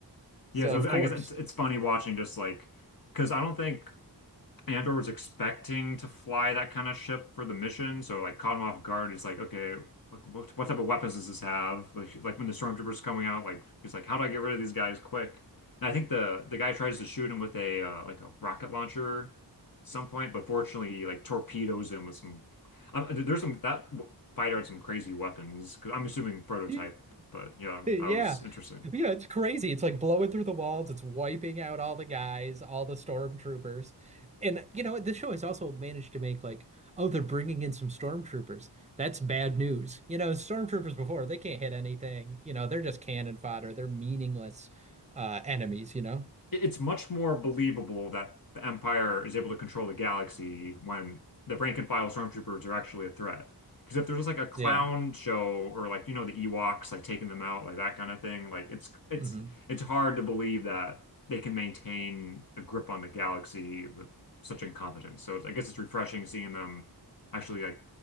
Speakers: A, on the right (about 15°); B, on the left (about 55°).
A: So
B: Yeah, so
A: of
B: I
A: course.
B: guess it's it's funny watching just like because I don't think Andor was expecting to fly that kind of ship for the mission, so like caught him off guard. He's like, okay, like, what, what type of weapons does this have? Like, like when the stormtroopers coming out, like he's like, how do I get rid of these guys quick? And I think the the guy tries to shoot him with a uh, like a rocket launcher, at some point, but fortunately, he like torpedoes him with some. Um, there's some that fighter had some crazy weapons. i I'm assuming prototype,
A: <laughs>
B: but yeah,
A: <laughs> Yeah.
B: that was interesting.
A: Yeah, it's crazy. It's like blowing through the walls. It's wiping out all the guys, all the stormtroopers. And you know, what? this show has also managed to make like, oh, they're bringing in some stormtroopers. That's bad news. You know, stormtroopers before, they can't hit anything. You know, they're just cannon fodder. They're meaningless uh enemies, you know?
B: it- it's much more believable that the Empire is able to control the galaxy when the rank and file stormtroopers are actually a threat. Because if there's like a clown
A: Yeah.
B: show or like you know the Ewoks like taking them out like that kind of thing, like it's it's
A: hmm
B: it's hard to believe that they can maintain a grip on the galaxy with such incompetence. So it's, I guess it's refreshing seeing them actually like